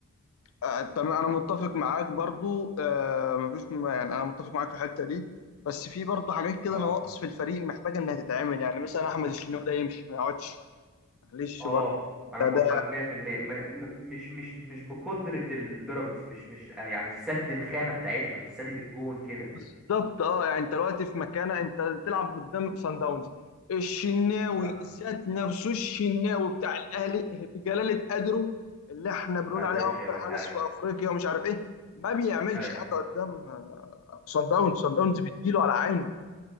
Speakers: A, on the left; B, in the centre.
A: آه، تمام انا متفق معاك برضو آه مفيش م- يعني انا متفق معاك في الحته دي بس في برضو حاجات كده
B: اه
A: نواقص في الفريق محتاجه انها تتعمل يعني مثلا احمد الشناوي ده يمشي ما يقعدش معلش
B: اه
A: برضو
B: انا
A: ده,
B: موافقك
A: ده
B: 100% م... م... مش مش مش بقدرة البيراميدز مش مش يعني يعني مش سادد الخانة بتاعتها مش سادد الجون كده
A: بالظبط اه يعني انت دلوقتي في مكانه انت تلعب قدام سان داونز الشناوي
B: آه.
A: ذات نفسه الشناوي بتاع الاهلي بجلاله قدره اللي احنا بنقول
B: ما قدرش
A: عليه افضل
B: يعمل
A: حارس
B: حاجة
A: في افريقيا ومش عارف ايه ما بيعملش
B: ايوه
A: حاجه قدام آه، سان داونز سان داونز بيديله على عينه